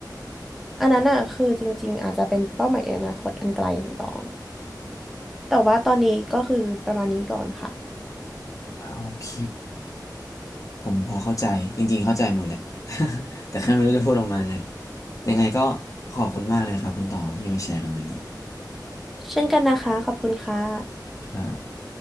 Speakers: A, in the centre; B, on the left (about 45°).
A: อันนั้นอ่ะคือจริงๆอาจจะเป็นเป้าหมายอนาคตอันไกลของตองแต่ว่าตอนนี้ก็คือประมาณนี้ก่อนค่ะ
B: อ่าโอเคผมพอเข้าใจจริงๆเข้าใจหมดแหละ <laughs> แต่แค่ไม่รู้จะพูดออกมาไงยังไงก็ขอบคุณมากเลยครับคุณตองที่มาแชร์กันวันนี้
A: เช่นกันนะคะ ขอบคุณค่ะ
B: ครับ